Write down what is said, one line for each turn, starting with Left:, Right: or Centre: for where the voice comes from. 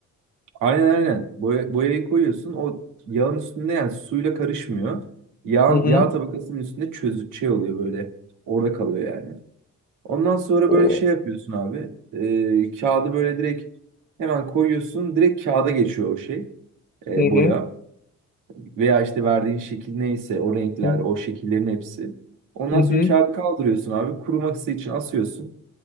Right: Aynen aynen. Boya, boyayı koyuyorsun. O yağın üstünde yani suyla karışmıyor. Yağ,
Left: Hı hı.
Right: yağ tabakasının üstünde çözü şey oluyor böyle. Orada kalıyor yani. Ondan sonra
Left: O.
Right: böyle şey yapıyorsun abi. Ee, kağıdı böyle direkt hemen koyuyorsun. Direkt kağıda geçiyor o şey. e,
Left: Hı hı.
Right: boya. Veya işte verdiğin şekil neyse o renkler,
Left: Hı
Right: o şekillerin hepsi. Ondan
Left: hı.
Right: sonra kağıdı kaldırıyorsun abi. Kuruması için asıyorsun.